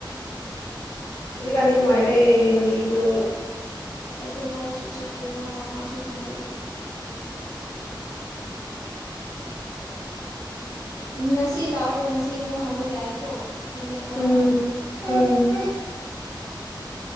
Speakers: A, on the left; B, on the left.
A: ꯍꯧꯖꯤꯛꯀꯥꯟꯗꯤ ꯅꯨꯡꯉꯥꯏꯔꯦ ꯂꯝꯕꯤꯗꯣ
B: ꯑꯩꯗꯤ ꯉꯔꯡꯁꯨ ꯆꯠꯇꯔꯤꯅꯥ ꯃꯁꯨ ꯍꯪꯗꯣ ꯉꯁꯤ ꯂꯥꯛꯑꯒ ꯉꯁꯤ ꯑꯃꯨꯛ ꯍꯥꯟꯕ ꯌꯥꯏꯀꯣ ꯅꯨꯃꯤꯠ ꯑꯃꯗ
A: ꯎꯝ ꯎꯝ